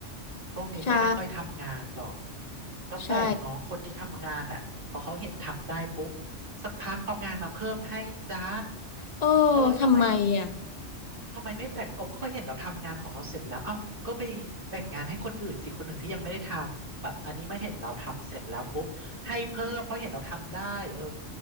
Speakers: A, on the right; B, on the left.
A: พวกนี้ก็ไม่ค่อยทำงานหรอก
B: ใช่
A: แล้วแปลกเนาะคนที่ทำงานอ่ะพอเขาเห็นทำได้ปุ๊บ
B: ใช่
A: สักพักเอางานมาเพิ่มให้จ้า
B: โอ้
A: เออทำไม
B: ทำไมอ่ะ
A: ทำไมไม่แบ่งเอาก็เห็นเราทำงานของเราเสร็จแล้วเอ้าก็ไปแบ่งงานให้คนอื่นสิคนอื่นที่ยังไม่ได้ทำแบบอันนี้มาเห็นเราทำเสร็จแล้วปุ๊บให้เพิ่มเพราะเห็นเราทำได้เออ